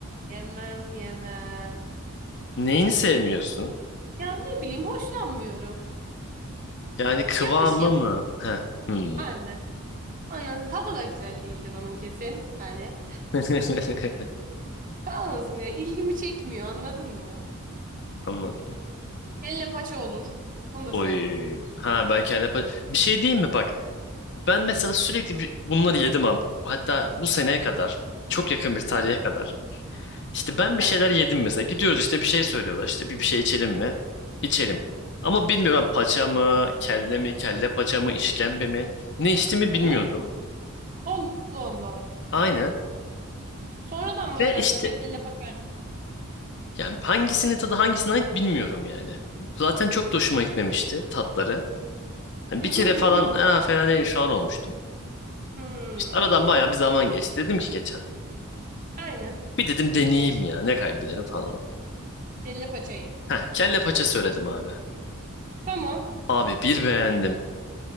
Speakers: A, on the right; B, on the left.
A: yemem yemem.
B: Neyini sevmiyorsun?
A: Ya ne bileyim hoşlanmıyorum.
B: Yani kıvamı
A: Yapış yap.
B: mı? Heh. Hmm.
A: Aynen. Onun tadı da güzel değildir onun kesin. Hani
B: <laughs>
A: kalmasın ya ilgimi çekmiyor anladın mı?
B: Anladım.
A: Kelle paça olur. Bunu da
B: Oy.
A: sevmem.
B: Ha ben kendi pa- bir şey diyeyim mi bak? Ben mesela sürekli bir- bunları yedim abi. Hatta bu seneye kadar çok yakın bir tarihe
A: Ha
B: kadar. İşte ben
A: ha.
B: bir şeyler yedim mesela. Gidiyoruz işte bir şey söylüyorlar. İşte bir, bir şey içelim mi? İçelim. Ama bilmiyorum ben paça mı, kelle mi, kelle paça mı, işkembe mi? Ne içtiğimi bilmiyordum.
A: Ne? Allah Allah.
B: Aynen.
A: Sonradan mı
B: Ve
A: öğrendin
B: işte
A: kelle paçayı?
B: yani hangisinin tadı hangisine ait bilmiyorum yani. Zaten çok da hoşuma gitmemişti tatları. Hani
A: Hı
B: bir kere
A: hı hı
B: falan
A: hı.
B: "Aa, fena değilmiş falan olmuştum.
A: Hmm.
B: İşte aradan bayağı bir zaman geçti. Dedim ki geçen.
A: Aynen.
B: Bir dedim deneyeyim ya ne kaybederim falan oldu.
A: Kelle paçayı.
B: Heh, kelle paça söyledim abi.
A: Tamam.
B: Abi bir beğendim.